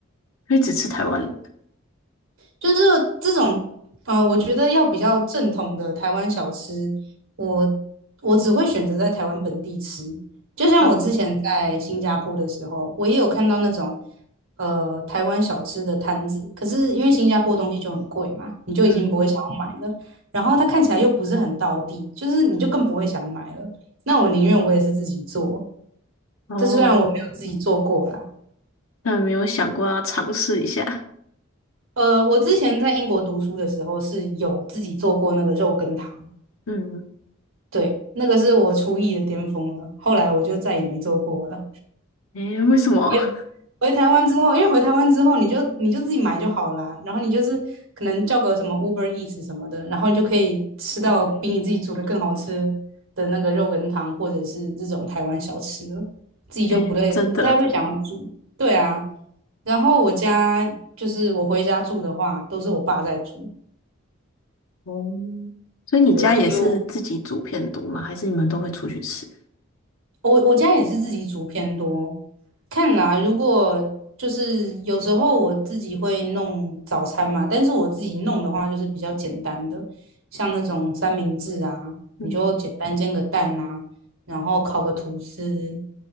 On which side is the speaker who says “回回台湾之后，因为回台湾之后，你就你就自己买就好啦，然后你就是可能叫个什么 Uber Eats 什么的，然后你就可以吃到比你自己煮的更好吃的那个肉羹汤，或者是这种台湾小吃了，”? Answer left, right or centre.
Right